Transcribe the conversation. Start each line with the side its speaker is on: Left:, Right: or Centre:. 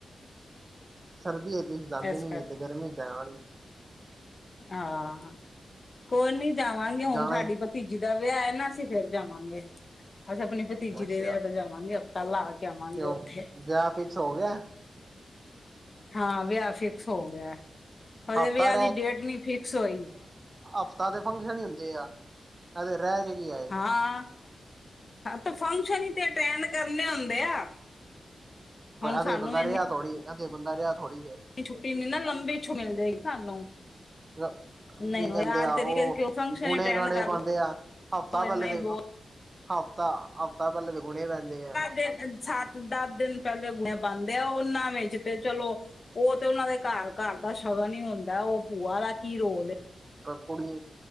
Right: ਸਰਦੀ ਹੈ ਤੇ ਜਾਂਦੇ
Left: ਇਸ
Right: ਨੀ
Left: ਕਰਕੇ
Right: ਤੇ ਗਰਮੀ ਜਾਣਾ ਨੀ
Left: ਆਹ, ਕੋਈ ਨੀ ਜਾਵਾਂਗੇ ਹੁਣ
Right: ਜਾਣਾ
Left: ਸਾਡੀ
Right: ਹੀ
Left: ਭ ਭਤੀਜੀ ਦਾ ਵਿਆਹ ਹੈ ਨਾ ਅਸੀਂ ਫਿਰ ਜਾਵਾਂਗੇ, ਅਸੀਂ ਆਪਣੀ ਭਤੀਜੀ
Right: ਅੱਛਾ
Left: ਦੇ ਵਿਆਹ ਤੇ ਜਾਵਾਂਗੇ ਅਬ ਹਫਤਾ ਲਾ ਕੇ ਆਵਾਂਗੇ
Right: ਤੇ ਉਹ
Left: ਉੱਥੇ।
Right: ਵਿਆਹ ਫਿਕਸ ਹੋ ਗਿਆ?
Left: ਹਾਂ ਵਿਆਹ ਫਿਕਸ ਹੋ ਗਿਆ, ਹਜੇ
Right: ਹਫ਼ਤਾ
Left: ਵਿਆਹ ਦੀ ਡੇਟ ਨੀ ਫਿਕਸ ਹੋਈ।
Right: ਹਫਤਾ ਦੇ ਫੰਕਸ਼ਨ ਹੀ ਹੁੰਦੇ ਆ, ਨਾਲੇ ਰਹਿ ਕੇ ਕੀ ਆਏ
Left: ਹਾਂ ਹਾਂ, ਤੇ ਫੰਕਸ਼ਨ ਹੀ ਤੇ ਅਟੈਂ ਕਰਨੇ ਹੁੰਦੇ ਆ। ਹੁਣ
Right: ਵਿਆਹ ਤੇ
Left: ਸਾਨੂੰ
Right: ਬੰਦਾ ਰਿਹਾ ਥੋੜੀ, ਇਹਨਾਂ ਦੇ ਬੰਦਾ ਰਿਹਾ ਥੋੜੀ ਹੈ
Left: ਇਕ ਛੁੱਟੀ ਨੀ ਨਾ ਲੰਬੀ, ਇਥੋੰ ਮਿਲ ਜਾਏਗੀ ਸਾਨੂੰ
Right: ਚ
Left: ਨਹੀਂ
Right: ਕੀ ਕਹਿੰਦੇ
Left: ਉਹ ਅੱਜ
Right: ਆ
Left: ਤਰੀਕੇ
Right: ਉਹ,
Left: ਕਿਉਂ ਫੰਕਸ਼ਨ
Right: ਗੁਣੇ
Left: ਅਟੈਂਡ
Right: ਗਾਣੇ
Left: ਕਰ
Right: ਬਣਦੇ ਆ, ਹਫ਼ਤਾ
Left: ਲਓ
Right: ਪਹਿਲੇ
Left: ਇੰਨਾ
Right: ਤੇ
Left: ਹੀ ਬਹੁਤ
Right: ਹਫ਼ਤਾ, ਹਫ਼ਤਾ ਪਹਿਲੇ ਤੇ ਗੁਣੇ ਰਹਿੰਦੇ ਆਂ
Left: ਫੇਰ ਸਾਤ ਦਸ ਦਿਨ ਪਹਿਲੇ ਗੁਣੇ ਬਣਦੇ ਆ, ਉਹਨਾਂ ਵਿਚ ਤੇ ਚਲੋ ਉਹ ਤੇ, ਉਹਨਾਂ ਦੇ ਘਰ, ਘਰ ਦਾ ਸ਼ਗਨ ਹੀ ਹੁੰਦਾ ਏ, ਉਹ ਭੂਆ ਦਾ ਕੀ ਰੋਲ ਹੈ
Right: ਪਰ ਕੁੜੀ,